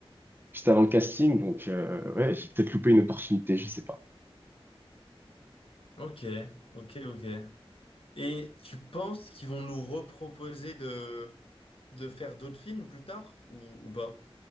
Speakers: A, on the right; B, on the left.
A: juste avant le casting, donc euh, ouais, j'ai peut-être loupé une opportunité, je sais pas.
B: Ok, ok, ok. Et tu penses qu'ils vont nous reproposer de, de faire d'autres films plus tard ou, ou pas?